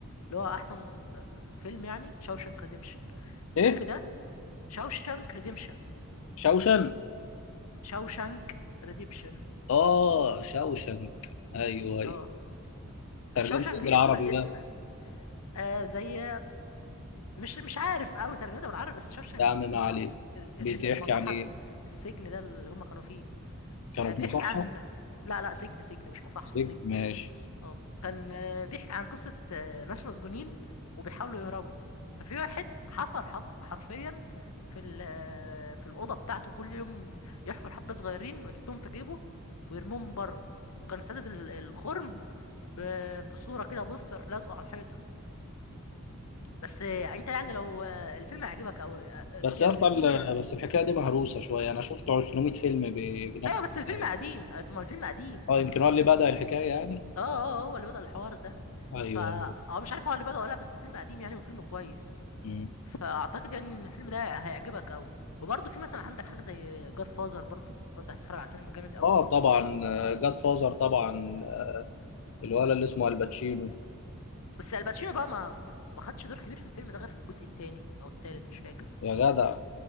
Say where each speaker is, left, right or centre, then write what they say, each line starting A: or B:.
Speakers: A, on the left; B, on the left.
A: اللي هو احسن آه، فيلم يعني شاوشانك ريديمشن الفيلم
B: ايه
A: ده شاوشانك ريديمشن
B: شوشن
A: شاوشانك ريديمشن
B: اه شوشنك ايوه ايوه
A: اه
B: ترجمت
A: شوشانك
B: ايه
A: دي
B: بالعربي
A: اسم اسم
B: بقى
A: آه زي مش مش عارف قوي ترجمتها بالعربي بس شوشانك
B: يا عم
A: دي
B: ما
A: اسم الم...
B: عليك
A: ال-
B: بتحكي
A: المصحة
B: عن ايه
A: السجن ده اللي هم كانوا فيه
B: كانوا
A: آه بيحكي
B: في مصحة
A: عن لا لا سجن سجن مش مصحة
B: سجن؟
A: سجن
B: ماشي
A: اه كان آه بيحكي عن قصة آه ناس مسجونين وبيحاولوا يهربوا ففي واحد حفر حف... حرفيا في ال... آه، في الأوضة بتاعته كل يوم يحفر حبة صغيرين ويحطهم في جيبه ويرميهم بره وكان سادد ال- الخرم ب... بصورة كده بوستر لازقه على الحيطة بس انت يعني لو الفيلم عجبك او
B: بس
A: كان
B: يا اسطى
A: فيه
B: ال- بس الحكايه دي مهروسه شويه انا شفت 200 فيلم بنفس
A: ايوه بس
B: الطريقه
A: الفيلم قديم ما الفيلم قديم
B: اه يمكن هو اللي بدا الحكايه يعني
A: اه اه آه، هو اللي بدأ الحوار ده
B: ايوه
A: فا اه مش عارف هو اللي بدأ ولا لا بس الفيلم قديم يعني وفيلم كويس
B: مم.
A: فاعتقد يعني ان الفيلم ده هيعجبك قوي وبرضه في مثلا عندك حاجه زي جاد فازر برضه لو انت عايز تتفرج على فيلم جامد قوي
B: اه طبعا جاد فازر طبعا آه، الولد اللي اسمه الباتشينو
A: بس الباتشينو بقى ما ما خدش دور كبير في الفيلم ده غير في الجزء الثاني او الثالث مش فاكر
B: يا جدع